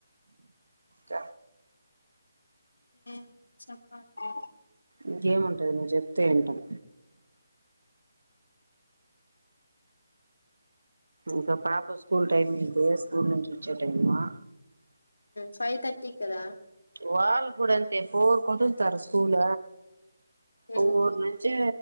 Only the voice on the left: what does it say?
ఏ చెప్పాలడి
ఫైవ్ తర్టీకిదా
ఉమ్